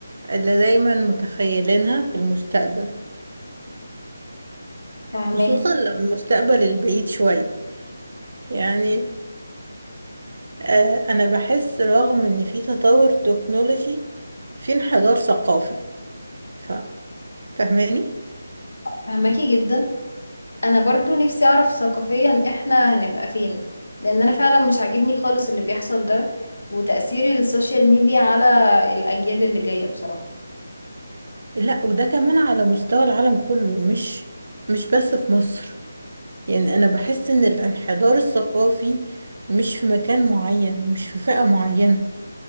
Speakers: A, on the right (about 55°); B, on the left (about 80°).
A: اللي دايما متخيلينها في المستقبل
B: فهماكي
A: خصوصا لو المستقبل البعيد شوية يعني آه انا بحس رغم ان في تطور تكنولوجي في انحدار ثقافي ف... فاهماني
B: فهماكي جدا انا برضو نفسي اعرف ثقافيا احنا هنبقى فين لان انا فعلا مش عاجبني خالص اللي بيحصل ده وتأثير السوشيال ميديا على الاجيال اللي جاية بصراحة
A: لا وده كمان على مستوى العالم كله مش مش بس في مصر يعني انا بحس ان الانحدار الثقافي مش في مكان معين مش في فئة معينة